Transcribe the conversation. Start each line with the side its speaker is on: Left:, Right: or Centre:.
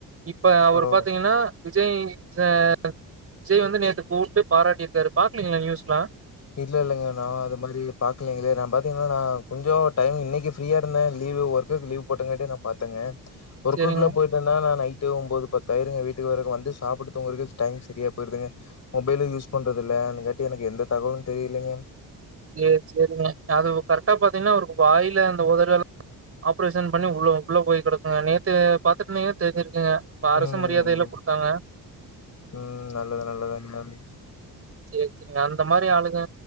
Right: இ ப்ப அவரு
Left: பரவால்ல
Right: பாத்தீங்கனா விஜய் ச விஜய் வந்து நேத்து கூப்டு பாராட்டிர்காரு பாக்லிங்ளா நியூஸ்லா
Left: இல்லெல்லங்கண்ணா அது மாதிரி பாக்கலைங்களே நா பாத்தீங்கனா நா கொஞ்சோ டைம் இன்னக்கி ஃப்ரீயா இருந்தே லீ்வு ஒர்க்குக்கு லீவ் போட்டங்காட்டி நா பாத்தெங்க ஒர்க்குகுலா
Right: சேரிங்க
Left: போயிட்டன்னா நா நை ட்டு ஒம்போது பத்தாயிருங்க வீட்டுக் வரக்கு வந்து சாப்புட்டு தூங்குறக்கே டைம் சரியா போயிருதுங்க மொபைல யூஸ் பண்றதுல்ல அதுங்காட்டி எனக்கு எந்த தகவலு தெரியிலங்க
Right: சேர் சேரிங்க அதுவு கரெட்டா பாத்தீன்னா அவருக்கு வாயில அந்த ஒதட்ல <inaudible> ஆப்ரேஷன் பண்ணி உள்ள உள்ள போய் கடக்குங்க நேத்து பாத்துட்ருன்னிங்க தெருஞ்சுருக்குங்க இப்ப அரசு
Left: ம்
Right: மரியாதையல்லா குடுத் தாங்க
Left: ம் நல்லது நல்லது <unintelligible>
Right: சேர் செரிங்க அந்த மாரி ஆளுங்க